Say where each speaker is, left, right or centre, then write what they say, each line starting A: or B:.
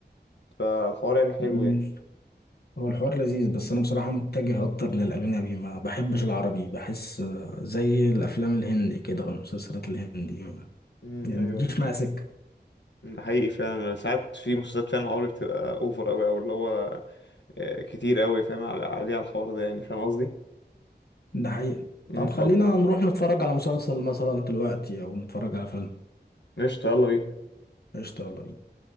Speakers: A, on the left; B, on the left.
A: فالحوار يعني حلو
B: ايه
A: يعني
B: هو الحوار لذيذ بس انا بصراحة متجه اكتر للاجنبي ما بحبش العربي بحس آه، زي الافلام الهندي كده والمسلسلات الهندي ما-
A: امم
B: يعني
A: ايوه
B: ما بتجيش
A: ايوه
B: معايا سكة
A: أمم، ده حقيقي فعلا ساعات في مسلسلات فعلا عربي بتبقى اوفر قوي او اللي هو آه، كتير قوي فاهم على- عليه على الحوار ده يعني فاهم قصدي
B: ده حقيقة
A: امم
B: طب خلينا
A: طب
B: نروح نتفرج على مسلسل مثلا دلوقتي او نتفرج على فيلم
A: قشطة يلا بينا
B: قشطة يلا بينا